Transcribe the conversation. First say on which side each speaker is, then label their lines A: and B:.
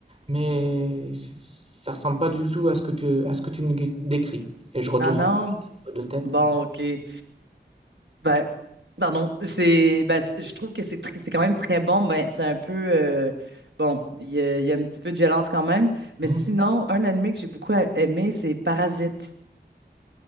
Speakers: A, on the right; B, on the right.
A: Mais c- ça ressemble pas du tout à ce que tu, à ce que tu me dé- décris. Et je retrouverai
B: Ah non?
A: pas de tête.
B: Bon, OK. Ben, pardon, c'est, ben, c'est- je trouve que c'est tr- c'est quand même très bon. Ben, c'est un peu, euh, bon, il y a, il y a un petit peu de violence quand même. Mais
A: Hmm.
B: sinon, un anime que j'ai beaucoup a- aimé, c'est Parasite.